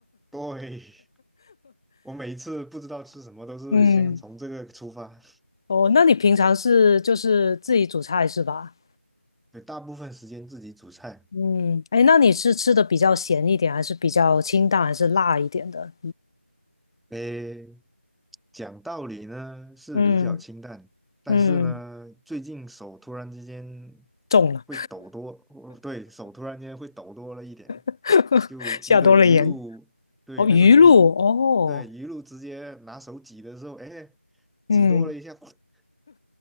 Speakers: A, in the centre; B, on the left (about 20°).
A: 对，<laughs> 我每一次不知道吃什么，都是先从这个出发。
B: <laughs> 嗯，哦，那你平常是就是自己煮菜是吧？
A: 对，大部分时间自己煮菜，
B: 嗯，哎，那你是吃的比较咸一点，还是比较清淡，还是辣一点的？
A: 诶，讲道理呢是比较清淡，
B: 嗯
A: 但是呢，
B: 嗯，
A: 最近手突然之间
B: 中了。
A: 会抖多，哦对，手突然间会抖多了一点，
B: <laughs>
A: 就那个鱼露，
B: 下多了盐。
A: 对，
B: 哦，
A: 那个鱼，
B: 鱼露，哦，
A: 对，鱼露直接拿手挤的时候，哎，
B: 嗯
A: 挤多了一下，<smacks lips>